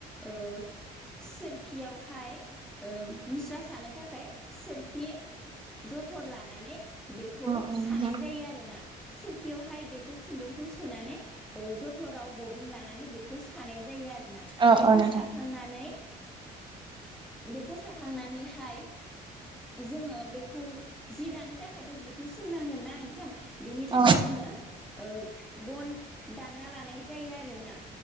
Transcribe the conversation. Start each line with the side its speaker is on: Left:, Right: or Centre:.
Centre: ओ सोरखियावहाय ओ मुस्रा सानो थाखाय सोरखि जथर लानानै बेखौ
Right: अ
Centre: सानाय
Right: नोंथां।
Centre: जायो आरोना सोरखियावहाय बेखौ खुन्दुंखौ सोनानै ओ जथराव बबिन लानानै बेखौ सानाय जायो
Right: अ
Centre: बेखौ
Right: अ नोंथां।
Centre: साखांनानै बेखौ सा खांनानैहाय जोङो बेखौ जि दानो थाखायथ' जिखौ सोंनांगोन ना नोंथां बेनि
Right: अ
Centre: थाखाय जोङो ओ गन दानना लानाय जायो आरो ना